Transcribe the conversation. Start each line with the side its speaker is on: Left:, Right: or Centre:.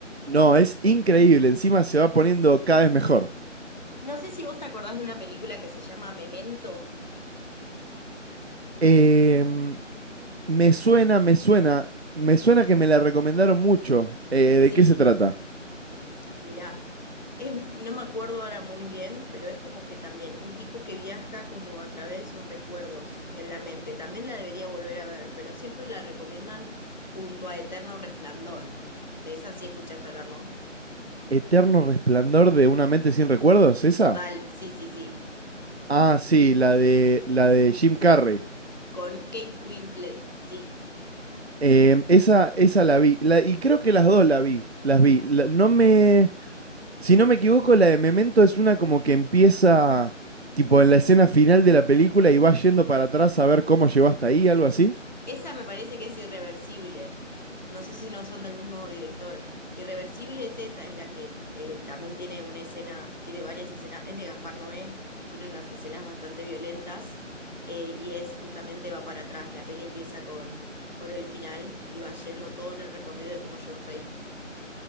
Right: No, es increíble, encima se va poniendo cada vez mejor.
Left: No sé si vos te acordás de una película que se llama Memento.
Right: Em, Me suena, me suena, me suena que me la recomendaron mucho. Eh,
Left: Sí.
Right: ¿de qué se trata?
Left: Mirá, es- no me acuerdo ahora muy bien, pero es como que también un tipo que viaja como a través de sus recuerdos en la mente. También la debería volver a ver, pero siempre la recomiendan junto a Eterno Resplandor. De esa sí escuchaste hablar, ¿no?
Right: ¿Eterno resplandor de una mente sin recuerdos? ¿Esa?
Left: Total, sí, sí, sí.
Right: Ah, sí, la de la de Jim Carrey.
Left: Con Kate Winslet, sí.
Right: Em, esa, esa la vi. La- y creo que las dos la vi. Las vi. La- no me. Si no me equivoco, la de Memento es una como que empieza tipo en la escena final de la película y va yendo para atrás a ver cómo llegó hasta ahí, algo así.
Left: Esa me parece que es irreversible. No sé si no son del mismo director. Irreversible es esa, es la que eh, también tiene una escena, tiene varias escenas, es de Gaspar Noé, tiene unas escenas bastante violentas eh, y es justamente va para atrás. La peli empieza con, con el final y va yendo todo en el recorrido de cómo llegó hasta ahí.